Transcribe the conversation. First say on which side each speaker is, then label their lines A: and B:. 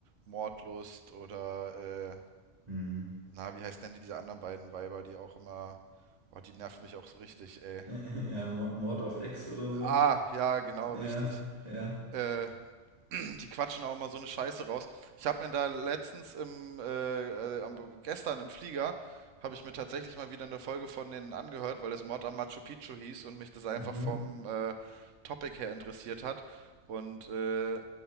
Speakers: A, on the right; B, on the right.
A: Mordlust oder, äh,
B: Hm.
A: na, wie heißt denn die, diese anderen beiden Weiber, die auch immer, oh, die nerven mich auch so richtig, ey.
B: <laughs> Ja, Mor- Mord auf Ex oder so.
A: Ah, ja, genau,
B: Ja,
A: richtig.
B: ja.
A: Äh, <clears throat> die quatschen auch immer so eine Scheiße raus. Ich habe mir da letztens im, äh, äh, am, gestern im Flieger, habe ich mir tatsächlich mal wieder eine Folge von denen angehört, weil es Mord am Machu Picchu hieß und mich das einfach
B: Mhm.
A: vom äh, Topic her interessiert hat. Und äh,